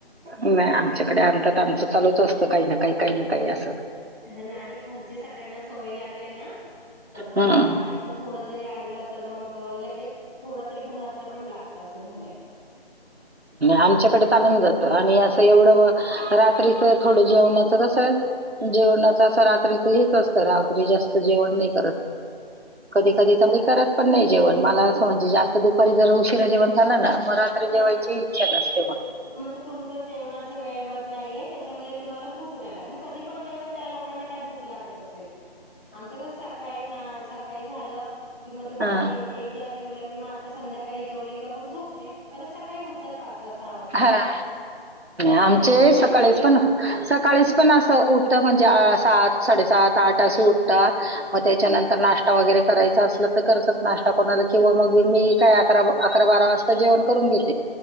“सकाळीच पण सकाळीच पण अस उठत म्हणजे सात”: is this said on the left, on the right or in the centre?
Right